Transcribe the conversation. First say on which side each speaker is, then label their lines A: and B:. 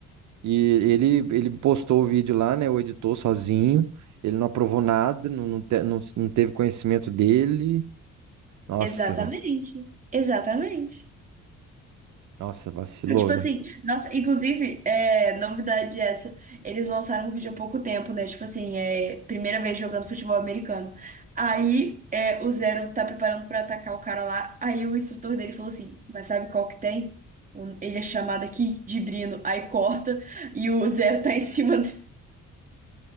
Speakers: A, on the right (about 75°); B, on the right (about 25°).
A: E ele, ele postou o vídeo lá, né? O editor sozinho. Ele não aprovou nada, não, não, te- não, não teve conhecimento dele. Nossa,
B: Exatamente.
A: mano,
B: Exatamente.
A: nossa, vacilou,
B: Eu, Tipo
A: velho.
B: assim, nossa, inclusive, é, novidade essa, eles lançaram um vídeo há pouco tempo, né? Tipo assim, é primeira vez jogando futebol americano. Aí é, o Zero tá preparando pra atacar o cara lá, aí o instrutor dele falou assim, mas sabe qual que tem? O- Ele é chamado aqui de Brino, aí corta e o Zero tá em cima, de-